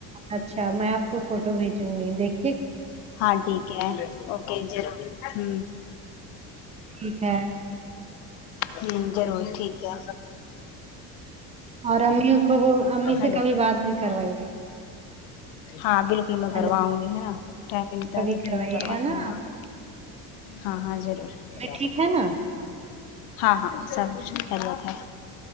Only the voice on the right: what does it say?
اچھا میں آپ کو فوٹو بھیچوں گی دیکھ
ٹھیک ہے
اور امی اس کو وہ امی
سے کبھی بات نہیں کروائی
ہلو
کبھی
کروائیے
گا نا
میں ٹھیک
ہے نا